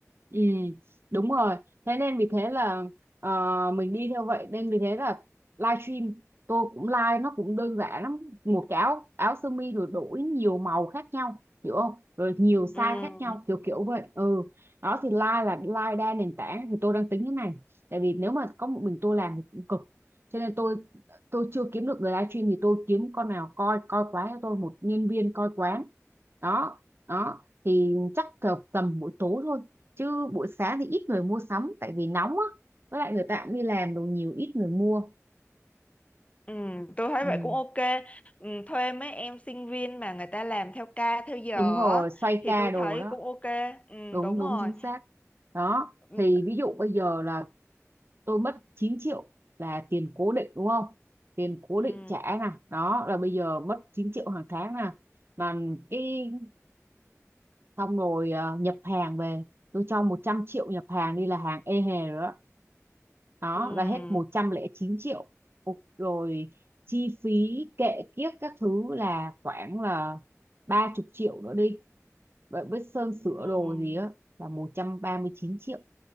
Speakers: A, on the right; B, on the left.
A: Ừ, đúng rồi. Thế nên vì thế là ờ, mình đi theo vậy nên vì thế là livestream tôi cũng live nó cũng đơn giản lắm. Một cái áo áo sơ mi rồi đổi nhiều màu khác nhau, hiểu không? Rồi nhiều size
B: Ừm,
A: khác nhau kiểu kiểu vậy. Ừ. Đó thì live là live đa nền tảng thì tôi đang tính thế này. Tại vì nếu mà có một mình tôi làm thì cũng cực. Cho nên tôi tôi chưa kiếm được người livestream thì tôi kiếm con nào coi coi quán cho tôi một nhân viên coi quán. Đó, đó thì chắc tầm tầm buổi tối thôi chứ buổi sáng thì ít người mua sắm tại vì nóng á với lại người ta cũng đi làm đồ nhiều ít người mua
B: ừm, tôi thấy
A: ừ.
B: vậy cũng ok. Ừm, thuê mấy em sinh viên mà người ta làm theo ca theo giờ
A: đúng rồi
B: á,
A: xoay
B: thì
A: ca
B: tôi
A: đồ
B: thấy
A: đó
B: cũng ok. Ừm,
A: đúng
B: đúng
A: đúng
B: rồi.
A: chính xác đó
B: Ừm,
A: thì ví dụ bây giờ là tôi mất 9 triệu là tiền cố định đúng không tiền cố
B: ừm,
A: định trả nè đó là bây giờ mất 9 triệu hàng tháng nè mà cái xong rồi ờ, nhập hàng về tôi cho 100 triệu nhập hàng đi là hàng ê hề rồi đó đó
B: ừm,
A: là hết một trăm lẻ chín triệu Ô- rồi chi phí kệ kiếp các thứ là khoảng là ba chục triệu nữa đi Vậy với sơn sửa
B: ừm.
A: đồ gì á là một trăm ba mươi chín triệu